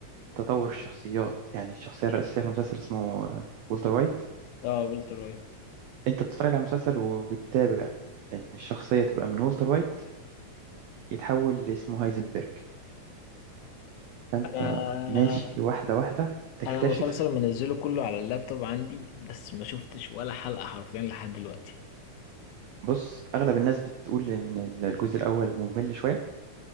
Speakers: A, on the right; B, on the left.
A: تطور الشخصيات يعني الشخصية الرئيسية في المسلسل اسمه آه، والتر وايت
B: اه والتر وايت
A: أنت بتتفرج على المسلسل وبتتابع إن الشخصية تبقى من والتر وايت يتحول لاسمه هايزنبرج فأنت
B: انا
A: ماشي واحدة واحدة تكتشف
B: انا المسلسل منزله كله على اللابتوب عندي بس ما شفتش ولا حلقه حرفيا لحد دلوقتي
A: بص أغلب الناس بتقول إن الجزء الأول ممل شوية